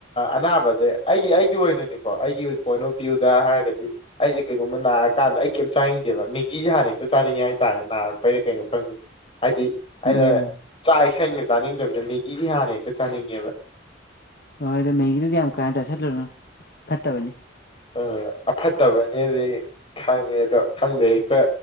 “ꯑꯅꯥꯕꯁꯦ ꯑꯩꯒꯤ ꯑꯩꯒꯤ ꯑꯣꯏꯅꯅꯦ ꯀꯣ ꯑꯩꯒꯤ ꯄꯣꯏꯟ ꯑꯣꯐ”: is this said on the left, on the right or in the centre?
Left